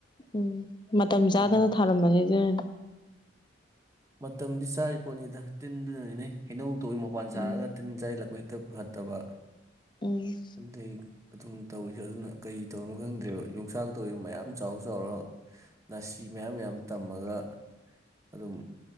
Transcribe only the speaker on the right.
ꯑꯗꯨ
ꯃꯇꯝꯗꯤ ꯆꯥꯔꯤ ꯄꯣꯠꯅꯤꯗ ꯇꯤꯟꯗꯨꯅꯅꯤꯅꯦ ꯍꯩꯅꯧ ꯇꯧꯏ ꯃꯄꯥꯟ ꯁꯥꯔꯒ
ꯇꯤꯟ ꯆꯥꯏ ꯂꯀꯣꯏ ꯠꯇ ꯐꯠꯇꯕ
ꯑꯗꯨꯗꯩ ꯑꯗꯨꯝ ꯇꯧꯋꯤꯁꯦ ꯑꯗꯨꯅ ꯀꯔꯤ ꯇꯧꯔꯤꯅꯣ ꯈꯪꯗ꯭ꯔꯦꯕ ꯌꯣꯡꯆꯥꯛ ꯇꯧꯋꯤ ꯃꯌꯥꯝ ꯆꯥꯎ ꯆꯥꯎꯔ ꯅꯥꯁꯤ ꯃꯌꯥꯝ ꯃꯌꯥꯝ ꯇꯝꯃꯒ ꯑꯗꯨꯝ